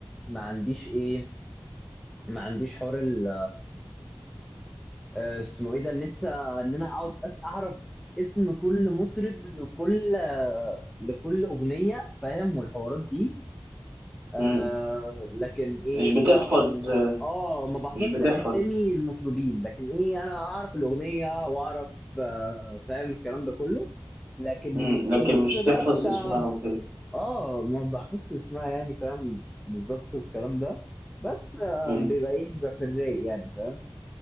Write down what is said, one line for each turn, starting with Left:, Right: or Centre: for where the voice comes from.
Centre: ما عنديش ايه ما عنديش حوار ال- آه، اسمه ايه ده ان انت ان انا اقعد أس- اعرف اسم كل مطرب لكل آه، لكل اغنيه فاهم والحوارات دي آه
Right: مم.
Centre: لكن ايه
Right: مش بتحفظ
Centre: اه ما بحفظش
Right: مش بتحفظ
Centre: اسامي المطربين لكن ايه انا اعرف الاغنيه واعرف آه، فاهم الكلام ده كله لكن
Right: مم. لكن
Centre: الاسم
Right: مش تحفظ
Centre: بقى بتاع
Right: اسمها وكده
Centre: اه ما بحفظش اسمها يعني فاهم بالظبط الكلام ده بس آه،
Right: مم.
Centre: بيبقى ايه بيبقى في الرايق يعني فاهم